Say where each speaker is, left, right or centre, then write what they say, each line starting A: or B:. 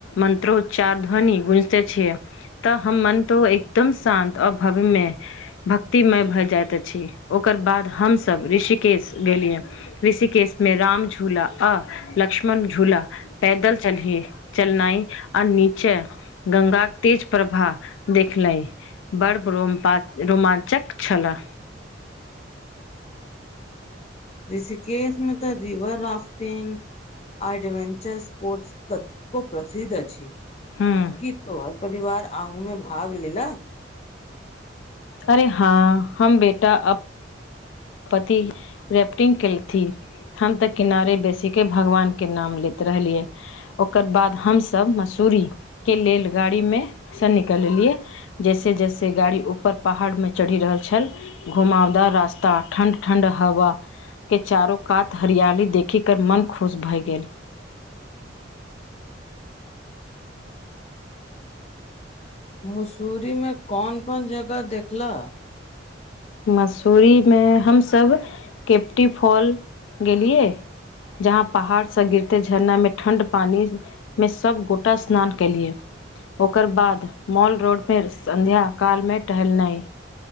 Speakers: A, on the left; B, on the left.
A: मन्त्रोच्चार ध्वनि गुंजिते छियै। तऽ हम मन तो एकदम शान्त अ भव्य में भक्तिमय भए जाइत अछि ओकर बाद हमसभ ऋषिकेश गेलियै। ऋषिकेश में राम झूला आ लक्ष्मण झूला पैदल चलहि चलनाई आर नीचे गंगा के तेज प्रवाह देखलै। बड़ ब्रोम्पा रोमांचक छलऽ।
B: ऋषिकेश में तऽ रिवर राफ्टिंग आ एडवेंचर स्पोर्ट्स त को प्रसिद्ध अछि।
A: हूं
B: की तोहर परिवार आउमें भाग लेलक?
A: अरे हाँ हम बेटा अप पति रैप्टिंग केलथि हम तऽ किनारे बेसीके भगवानके नाम लैत रहलियै। ओकर बाद हमसभ मसूरीके लेल गाड़ीमे सँ निकललियै। जैसे जैसे गाड़ी ऊपर पहाड़मे चढ़ि रहल छल घुमावदार रास्ता ठण्ड ठण्ड हवाके चारू कात हरियाली देखिकर मन खुश भए गेल।
B: मसूरी मे कोन कोन जगह देखल?
A: मसूरीमे हमसभ केप्टी फॉल गेलियै जहाँ पहाड़सँ गिरते झरना में ठण्ड पानी में सब गोटा स्नान केलियै। ओकर बाद मॉल रोडपे सन्ध्या कालमे टहलनाइ